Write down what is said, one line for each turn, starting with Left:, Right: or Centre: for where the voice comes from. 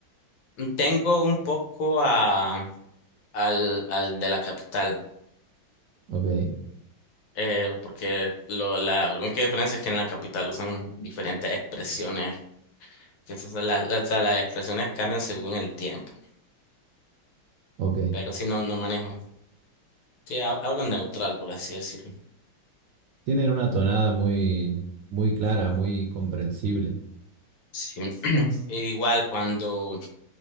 Left: tengo un poco a, al, al de la capital,
Right: Ok,
Left: eh, porque lo, la única diferencia es que en la capital usan diferentes expresiones, que esas son las, las, las expresiones cambian según el tiempo,
Right: ok.
Left: pero si no, no manejo. Sí, ha- hablo neutral, por así decirlo.
Right: Tienen una tonada muy, muy clara, muy comprensible,
Left: Sí. <clears throat> Igual cuando